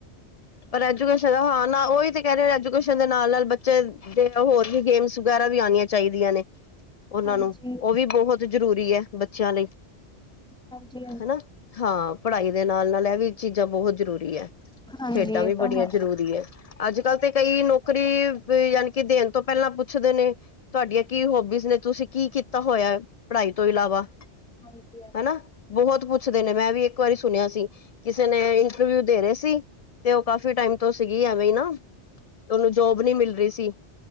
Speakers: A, on the left; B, in the centre.
A: ਪਰ ਐਜੂਕੇਸ਼ਨ ਹਾਂ ਨਾ, ਉਹੀ ਤੇ ਕਹਿ ਰਹੇ। ਐਜੂਕੇਸ਼ਨ ਦੇ ਨਾਲ ਨਾਲ? ਬੱਚੇ ਦੇ-ਹੋਰ ਵੀ ਗੇਮਸ ਵਗੈਰਾ ਵੀ ਆਉਣੀਆਂ, ਚਾਹੀਦੀਆਂ ਨੇ ਉਹਨਾਂ
B: ਹਾਂਜੀ,
A: ਨੂੰ। ਉਹ ਵੀ ਬਹੁਤ ਜ਼ਰੂਰੀ ਹੈ। ਬੱਚਿਆਂ ਲਈ-
B: ਹਾਂਜੀ- ਹਾਂਜੀ।
A: ਹਨਾ ਹਾਂ ਪੜ੍ਹਾਈ ਦੇ ਨਾਲ, ਨਾਲ ਇਹ ਵੀ ਚੀਜ਼ਾਂ ਬਹੁਤ ਜ਼ਰੂਰੀ ਹੈ।
B: ਹਾਂਜੀ
A: ਖੇਡਾਂ
B: ਇਹ
A: ਵੀ
B: ਤਾਂ
A: ਬੜੀਆਂ
B: ਹੈ।
A: ਜਰੂਰੀ ਹੈ। ਅੱਜ ਕੱਲ ਤੇ ਕਈ ਨੌਕਰੀ ਯਾਨੀਕਿ ਦੇਣ ਤੋਂ ਪਹਿਲਾਂ ਪੁੱਛਦੇ ਨੇ। ਤੁਹਾਡੀਆਂ ਕੀ ਹੋਬੀਜ਼ ਨੇ, ਤੁਸੀਂ ਕੀ ਕੀਤਾ ਹੋਇਆ ਪੜ੍ਹਾਈ ਇ ਤੋਂ ਇਲਾਵਾ
B: ਹਾਂਜੀ ਹ
A: ਹਨਾ ਬਹੁਤ ਪੁੱਛਦੇ ਨੇ ਮੈਂ ਵੀ ਇੱਕ ਵਾਰੀ ਸੁਣਿਆ ਸੀ ਕਿਸੇ ਨੇ ਇੰਟਰਵਿਊ ਦੇ ਰਹੇ ਸੀ। ਤੇ ਉਹ ਕਾਫੀ ਟਾਈਮ ਤੋਂ ਸੀਗੀ ਐਵੇਂ ਹੀ ਨਾ ਉਹਨੂੰ ਜੋਬ ਨੀ ਮਿਲਦ ਸੀ